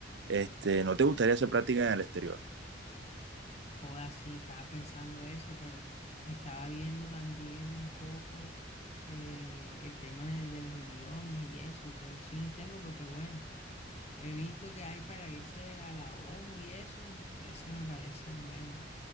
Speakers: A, on the right; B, on the left.
A: Este, ¿no te gustaría hacer práctica en el exterior?
B: Joda, sí, estaba pensando eso, pero estaba viendo también un poco eh, el tema de, de los idiomas y eso, qué opciones tengo, porque bueno. He visto que hay para irse a la ONU y eso, ese me parece bueno,